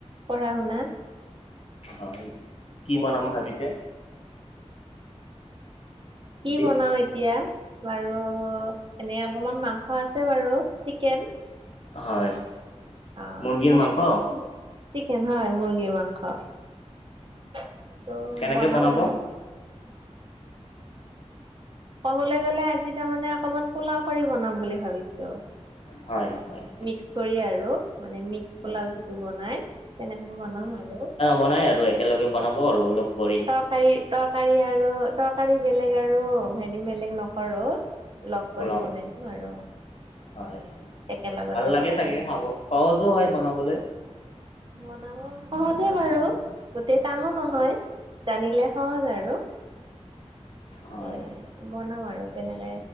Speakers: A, on the right (about 45°); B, on the left (about 60°).
A: পঢ়াশুনা।
B: হয়, কি বনাম
A: আৰু
B: ভাবিছে?
A: কি
B: আজি
A: বনাও এতিয়া। বাৰু, এনে অকমান মাংস আছে বাৰু, চিকেন।
B: হয়,
A: অ',
B: মুৰ্গীৰ
A: তেনেকে
B: মাংস
A: <unintelligible> চিকেন হয় মুৰ্গীৰ মাংস। ত'
B: কেনেকে
A: বনাম
B: বনাব
A: আৰু। ক'বলৈ গ'লে আজি তাৰমানে অকমান পোলাও কৰি বনাম বুলি ভাবিছোঁ।
B: হয় হয়,
A: মিক্স কৰি আৰু, মানে মিক্স
B: হয়
A: পোলাও যিটো বনাই, তেনেকৈ বনাম আৰু।
B: বনাই আৰু, একেলগে বনাব আৰু অলপ কৰি।
A: তৰকাৰী-তৰকাৰী আৰু তৰকাৰী বেলেগ আৰু, হেৰি বেলেগ নকৰো। লগ
B: পোলাও
A: কৰি বনাই দিম আৰু।
B: হয়,
A: একেলগতে
B: ভাল লাগে
A: বনাই
B: চাগে
A: দিম
B: খাব,
A: আৰু
B: সহজো হয় বনাবলে।
A: বনা অ', সহজে বাৰু, গোটেই টানো নহয়, জানিলে সহজ আৰু।
B: হয়
A: এ বনাম আৰু তেনেকে,